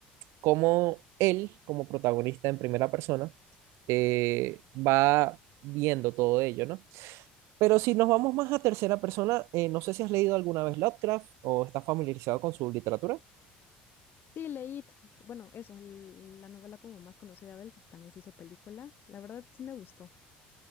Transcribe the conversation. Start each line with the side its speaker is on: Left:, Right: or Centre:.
Right: cómo él, como protagonista en primera persona, eh, va viendo todo ello, ¿no? Pero si nos vamos más a tercera persona, eh, no sé si has leído alguna vez Lovecraft o estás familiarizado con su literatura.
Left: Sí, leí, t- bueno, eso, el- la novela como más conocida de él, que también se hizo película. La verdad sí me gustó.